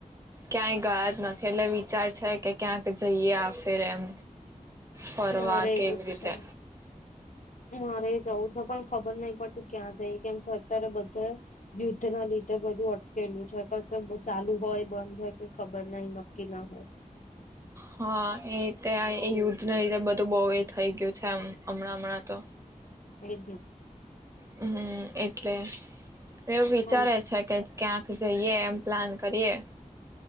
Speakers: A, on the right (about 20°); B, on the left (about 65°).
A: ક્યાંય ગયાજ નથી એટલે વિચાર છે કે ક્યાંક જઈએ આપ ફેર એમ ફરવા
B: મારે
A: કેવી
B: એવું જ
A: રીતે
B: છે મારે જવું છે પણ ખબર નહી પડતી ક્યાં જઈ કેમ કે અત્યારે બધા યુદ્ધ ના લીધે બધું અટકેલું છે કસે ચાલુ હોય બંધ હોય કઈ ખબર બધા ઈ નક્કી ના હોય
A: હા એતે યુદ્ધ ના લીધતે બધ તો બહુ એ થઈ ગયું છે હમણાં હમણાં તો
B: એજ.
A: હ એકટ. એટલે એવું વિચારે
B: હમ
A: છે કે ક્યાંક જઈએ એમ. પ્લાન કરીએ.